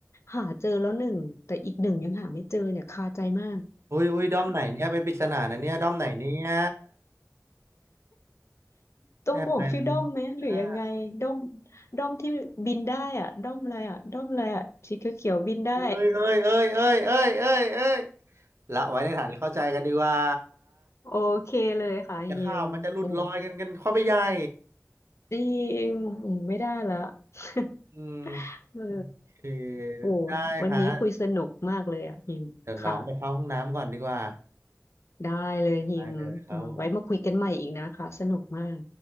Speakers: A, on the left; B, on the right.
A: หาเจอแล้วหนึ่งแต่อีกหนึ่งยังหาไม่เจอเนี่ยคาใจมาก
B: อุ้ยอุ้ยด้อมไหนเนี่ยเป็นปริศนานะเนี่ยด้อมไหนเนี่ย
A: ต้องบอกชื่อด้อมไหมหรือยังไงด้อม
B: แอบไปเป็นอ่า
A: ด้อมที่บินได้อ่ะด้อมอะไรอ่ะด้อมอะไรอ่ะสีเขียวๆบินได้
B: เอ้ยเอ้ยเอ้ยเอ้ยเอ้ยเอ้ยเอ้ยละไว้ในฐานที่เข้าใจกันดีกว่า
A: <laughs> โอเคเลยค่ะฮิมโอ้
B: จะข้าวมันจะหลุดลอยกันกันเข้าไปใหญ่
A: จริงอืมไม่ได้ละ <laughs>
B: อืม
A: เออ
B: โอเค
A: โอ้
B: ได้ฮะ
A: วันนี้คุยสนุกมากเลยอ่ะฮิมค่ะ
B: เดี๋ยวน้องไปเข้าห้องน้ำก่อนดีกว่า
A: ได้เลยฮิมเออไว้มาคุยกันใหม่อีกนะคะสนุกมาก
B: ได้เลยครับผม